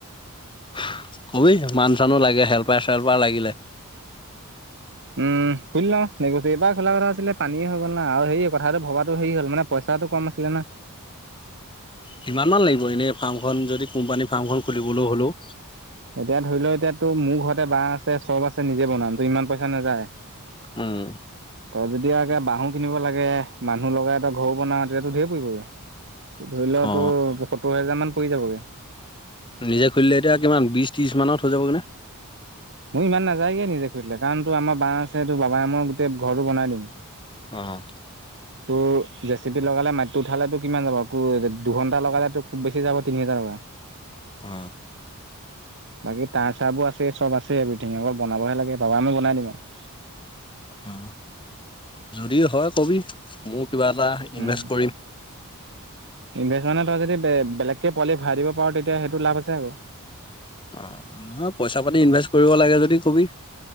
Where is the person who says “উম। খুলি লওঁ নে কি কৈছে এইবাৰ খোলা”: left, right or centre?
Right